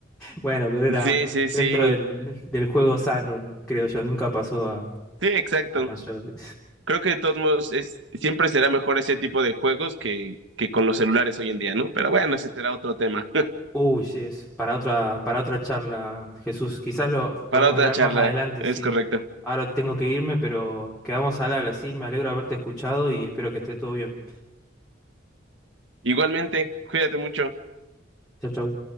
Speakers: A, in the centre; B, on the right.
A: Bueno, pero era
B: sí, sí, sí.
A: dentro del, del juego sano, creo yo, nunca pasó a,
B: Sí, exacto.
A: a mayores.
B: Creo que de todos modos es, siempre será mejor ese tipo de juegos que, que con los celulares hoy en día, ¿no? Pero bueno, ese será otro tema.
A: Uy, sí, es para otra, para otra charla, Jesús. Quizás lo
B: <laughs>
A: podemos
B: Para otra
A: hablar
B: charla,
A: más adelante,
B: es
A: sí.
B: correcto.
A: Ahora tengo que irme, pero quedamos al habla, sí. Me alegro de haberte escuchado y espero que esté todo bien.
B: Igualmente, cuídate mucho.
A: Chau, chau.